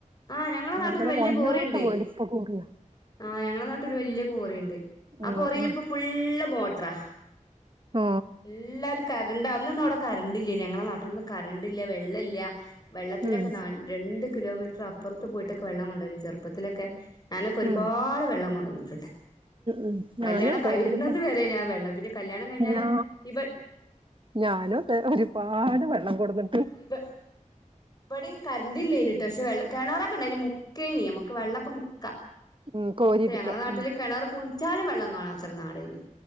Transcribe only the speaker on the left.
ആഹ് ഞങ്ങളെ
നാട്ടില് വല്യ
കോറിയുണ്ട്
ആഹ് ഞങ്ങളെ നാട്ടിരു വലിയ കോറിയുണ്ട് ആ
കോറിയിലിപ്പോ
ഫുള്ള് മോട്ടറാ
എല്ലാരും കറണ്ടാ അന്നൊന്നും അവിടെ കറണ്ട്ല്ല ഞങ്ങളെ നാട്ടിലൊന്നും കറണ്ട് ഇല്ല വെള്ള ഇല്ല വെള്ളത്തിനൊക്കെ
ന രണ്ട് കിലോമീറ്റർ അപ്പുറത്ത് പോയിട്ടൊക്കെ വെള്ളം കൊണ്ടുവരും ചെറുപ്പത്തിലൊക്കെ ഞാനൊക്കെ ഒരുപാട്
വെള്ളം കൊണ്ടുവന്നിട്ടുണ്ട്
കല്യാണം
കഴിയുന്നത്
വരെ ഞാൻ വെള്ളം പിന്നെ കല്യാണം കഴിഞ്ഞല്
ഇവ
ഇവ ഇവിടെ കറന്റല്ലെനിട്ട് പക്ഷെ വെള്ള കിണറൊക്കെ ഉണ്ടയിന് മുക്കേനി നമുക്ക് വെള്ളക്കെ മുക്കാം
ക്ഷെ ഞങ്ങളെ നാട്ടില്
കിണർ കുഴിച്ചാലും വെള്ളം കാണാത്തൊരു നാടായ്ന്